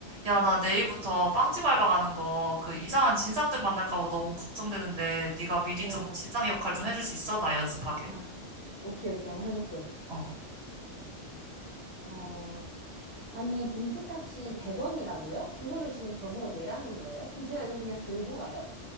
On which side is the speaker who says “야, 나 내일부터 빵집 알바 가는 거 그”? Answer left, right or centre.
Right